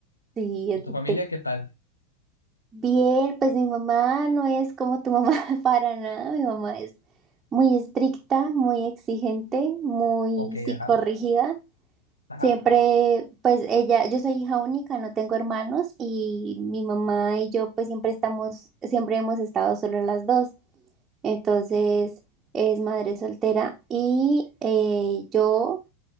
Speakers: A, on the right; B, on the left.
A: Sí, eso
B: ¿Y tu familia
A: te-
B: qué tal?
A: Bien, pues mi mamá no es como tu mamá <laughs> para nada, mi mamá es muy estricta, muy exigente, muy
B: Ok,
A: psicorrígida.
B: ajá, ajá.
A: Siempre, pues ella, yo soy hija única, no tengo hermanos y mi mamá y yo pues siempre estamos, siempre hemos estado solo las dos. Entonces es madre soltera y eh, yo,